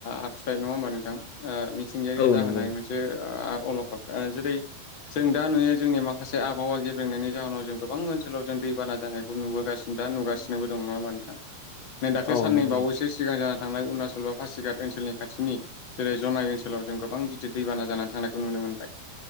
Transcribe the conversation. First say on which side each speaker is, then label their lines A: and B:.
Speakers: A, on the left; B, on the left.
A: आखुथाय नङा होमबा नोंथां? ओ मिथिंगायारि
B: औ
A: जाहोनाय
B: नंगौ
A: मो जे आ अलखद ओ जेरै जों दा नुयो जोंनि माखासे आबहावा गेब्रेंनायनि जाहोनाव जों गोबां ओनसोलाव जों दैबाना जानाय खौ नुबोगासिनो दा नुगासिनोबो दं नङा होमा नोंथां? नै दाख्लै
B: औ
A: साननै
B: नंगौ
A: बावैसो सिगां जाना थांनाय अरुणाचल बा पासिघाट ओनसोलनि खाथिनि जेरै जनाय ओनसोलाव जों गोबां गिदिर दैबाना जानानै थांनायखौ नुनो मोनबाय।